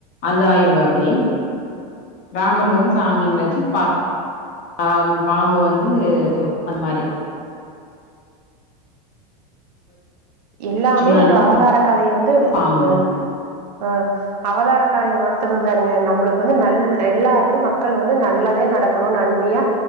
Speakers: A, on the left; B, on the right.
A: அது ஆயிருவப்புடி ராமர் வந்து சாமி வச்சு ப பா பாம்பு வந்து சோ அந்த மாரி
B: எல்லாமே
A: லட்சுமணன்
B: ஒரு
A: தான்
B: அவதார கதைய வந்து ம்
A: பாம்புங்க.
B: ம்ப ஆ அவதார கதய மாத்துறதுதானுங்க நம்மளுக்கு வந்து நல் எல்லாருமே மக்கள் வந்து நல்லதே நட க்கணு நன்மையா